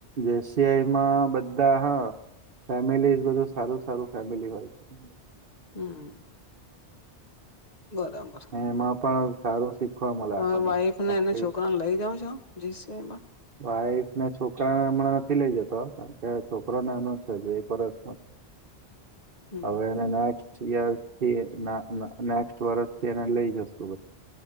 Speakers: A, on the right; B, on the left.
A: જે સઆઈમા બધા હા ફેમિલી બધું સારુ સારુ ફેમિલી હોય છે.
B: હમ્મ બરાબર
A: ને એમાં પણ સારું શીખવા મળે
B: તમે
A: આપણને.
B: વાઈફને
A: એક્ટિવિટી
B: એને છોકરાને લઈ જાાવ છો જી. સેમા
A: વાઈફ ને છોકરા હમણા નથી, લઇ જતો કે છોકરો ના ન એક વરષ
B: હમ
A: હવે એને થીને વર્ષથી એને લઈ જશુ.